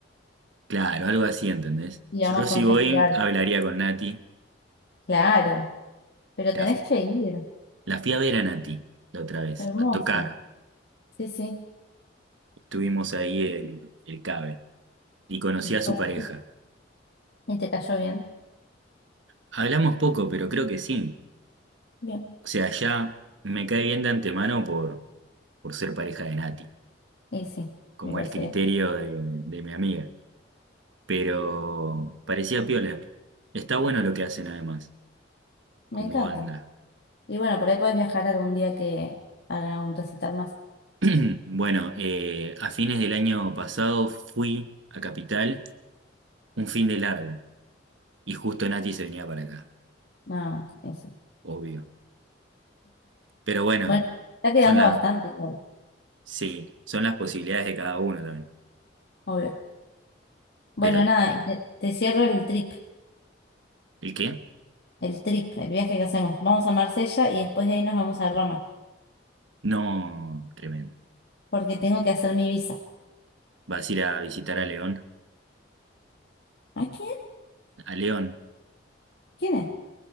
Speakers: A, on the right; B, on the left.
A: Claro, algo así, ¿entendés?
B: Y
A: Si
B: vamos
A: yo si
B: a un
A: voy,
B: festival.
A: hablaría con Nati.
B: Claro, pero
A: La,
B: tenés que ir.
A: la fui a ver a Nati la otra vez,
B: Hermoso.
A: a tocar.
B: Sí, sí.
A: Estuvimos ahí en el Cabe y conocí
B: Esto-
A: a su pareja.
B: ¿Y te cayó bien?
A: Hablamos poco, pero creo que sí.
B: Bien.
A: O sea, ya me cae bien de antemano por, por ser pareja de Nati,
B: Y sí,
A: como
B: me parece
A: el criterio
B: bien.
A: de, de mi amiga. Pero parecía piola. Está bueno lo que hacen además,
B: Me
A: como
B: encanta.
A: banda.
B: Y bueno, por ahí podés viajar algún día que haga un recital más.
A: <clears throat> Bueno, eh, a fines del año pasado fui a Capital un fin de largo. Y justo Nachi se venía para acá,
B: Ah, eso.
A: obvio. Pero bueno,
B: Bueno, está quedando
A: son las,
B: bastante igual,
A: sí, son las posibilidades de cada uno también.
B: obvio. Bueno,
A: Pero,
B: nada, y te, te cierro el trip,
A: ¿el qué?
B: el trip, el viaje que hacemos. Vamos a Marsella y después de ahí nos vamos a Roma,
A: No, tremendo.
B: porque tengo que hacer mi visa.
A: Vas a ir a visitar a León,
B: ¿A quién?
A: a León,
B: ¿Quién es?